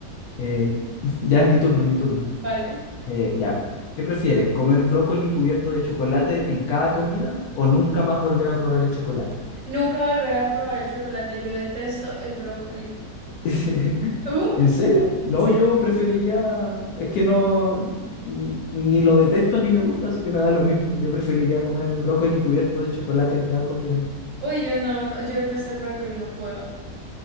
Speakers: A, on the left (about 70°); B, on the right (about 60°).
A: Eh, <laughs> ya es mi turno, mi turno.
B: Vale.
A: Eh, ya. ¿Qué prefieres? ¿Comer brócoli cubierto de chocolate en cada comida o nunca más volver a probar el chocolate?
B: Nunca volveré a probar el chocolate. Yo detesto el brócoli.
A: <laughs>
B: ¿Tú?
A: ¿En serio? No,
B: Sí.
A: yo preferiría, es que no, n- ni lo detesto ni me gusta, así que me da lo mismo. Yo preferiría comer el brócoli cubierto de chocolate en cada comida.
B: Uy, yo no, no, yo detesto el brócoli, no puedo.